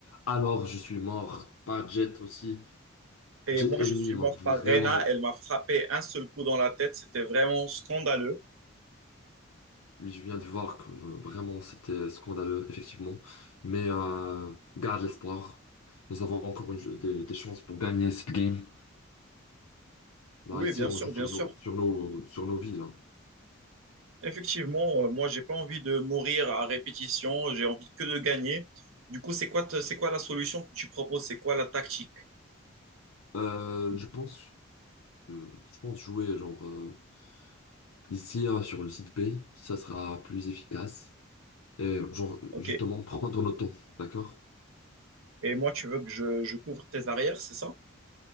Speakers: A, on the left; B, on the right.
A: Alors, je suis mort pas Jet aussi.
B: Et
A: Jet
B: moi,
A: ennemi
B: je suis
A: m'a
B: mort
A: vraiment
B: par Rena. Elle m'a frappé un seul coup dans la tête. C'était vraiment scandaleux.
A: Oui, je viens de voir que euh, vraiment c'était scandaleux, effectivement. Mais euh, garde l'espoir. Nous avons encore une- des, des chances pour gagner cette game. Là,
B: Oui,
A: ici,
B: bien
A: on
B: sûr,
A: joue sur
B: bien sûr.
A: nos, sur nos, sur nos vies, là.
B: Effectivement, euh, moi, j'ai pas envie de mourir à répétition. J'ai envie que de gagner. Du coup, c'est quoi, te- c'est quoi la solution que tu proposes? C'est quoi la tactique?
A: Euh, je pense, euh, je pense jouer, genre, euh, ici, euh, sur le site B, ça sera plus efficace. Et, genre,
B: OK.
A: justement, prendre notre temps, d'accord?
B: Et moi, tu veux que je, je couvre tes arrières, c'est ça?